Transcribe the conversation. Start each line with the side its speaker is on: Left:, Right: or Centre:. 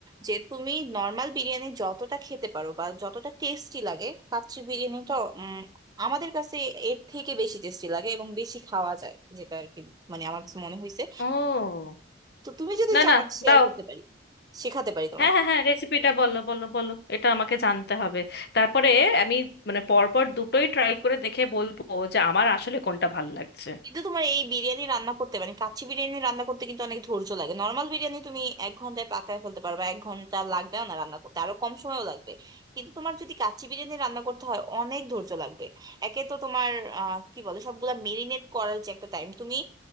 Right: যে তুমি নর্মাল বিরিয়ানি যতটা খেতে পারো বা যতটা টেস্টি লাগে কাচ্চি বিরিয়ানিটা উম, আমাদের কাছে এর থেকে বেশি টেস্টি লাগে এবং বেশি খাওয়া যায় যেটা আর কি মানে আমার কাছে মনে হয়েছে
Left: ও
Right: তো তুমি যদি
Left: না
Right: চাও
Left: না
Right: শেয়ার
Left: দাও
Right: করতে পারি শেখাতে পারি তোমাকে
Left: হ্যাঁ হ্যাঁ হ্যাঁ রেসিপিটা বলো বলো বলো এটা আমাকে জানতে হবে তারপরে আমি মানে পরপর দুটোই ট্রাই করে দেখে বলবো যে আমার আসলে কোনটা ভাল লাগছে
Right: কিন্তু তোমার এই বিরিয়ানি রান্না করতে মানে কাচ্চি বিরিয়ানি রান্না করতে কিন্তু অনেক ধৈর্য লাগে নর্মাল বিরিয়ানি তুমি এক ঘন্টায় পাকায় ফেলতে পারবে এক ঘন্টা লাগবেও না রান্না করতে আরো কম সময়ও লাগবে কিন্তু তোমার যদি কাচ্চি বিরিয়ানি রান্না করতে হয় অনেক ধৈর্য লাগবে একে তো তোমার আহ কি বলে সবগুলা মেরিনেট করার যে একটা টাইম তুমি